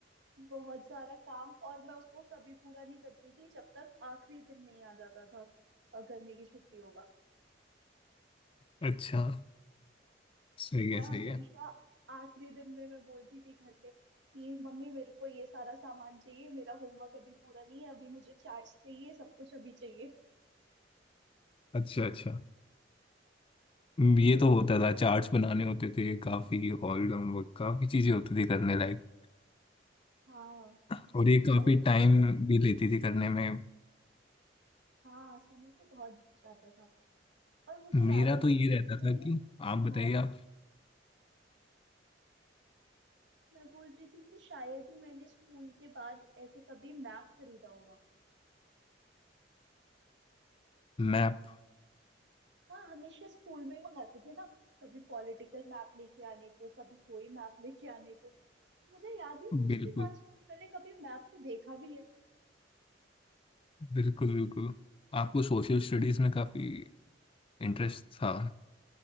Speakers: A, on the right; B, on the left.
A: बहुत सारा काम और मैं उसको कभी पूरा नहीं करती थी जब तक आखिरी दिन नहीं आ जाता था अ, गर्मी की छुट्टियों का
B: अच्छा सही
A: मैं
B: है सही
A: हमेशा
B: है
A: आखिरी दिन में मैं बोलती थी घर पे कि मम्मी मेरे को ये सारा सामान चाहिए मेरा होमवर्क अभी पूरा नहीं है अभी मुझे चार्ट्स चाहिए सब कुछ अभी चाहिए
B: अच्छा अच्छा ये तो होता था चार्ट्स बनाने होते थे काफी ऑल होमवर्क काफी चीजें होती थी करने लायक
A: हाँ
B: और ये काफी
A: और
B: टाइम भी लेती थी करने में
A: हाँ समय तो बहुत जाता था और मुझे
B: मेरा
A: याद है कि
B: तो ये रहता
A: मैंने
B: था कि आप बताइए
A: हाँ
B: आप
A: मैं बोल रही थी कि शायद ही मैंने स्कूल के बाद ऐसे कभी मैप खरीदा होगा
B: मैप
A: हाँ हमेशा स्कूल में ही मंगाते थे ना कभी पॉलिटिकल मैप लेके आने को कभी कोई मैप लेके आने को मुझे याद ही नहीं उसके
B: बिल्कुल
A: बाद शायद मैंने कभी मैप को देखा भी है
B: बिल्कुल बिल्कुल आपको सोशल स्टडीज में काफी इंटरेस्ट था